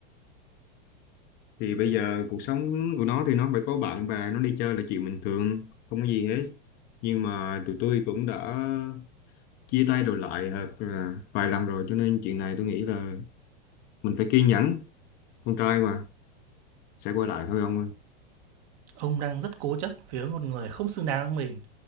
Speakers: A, on the left; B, on the right.
A: Thì bây giờ cuộc sống của nó thì nó phải có bạn bè, nó đi chơi là chuyện bình thường, không có gì hết. Nhưng mà tụi tôi cũng đã chia tay rồi lại hợp à, vài lần rồi cho nên chuyện này tôi nghĩ là mình phải kiên nhẫn, con trai mà sẽ quay lại thôi ông ơi.
B: Ông đang rất cố chấp với một người không xứng đáng với mình.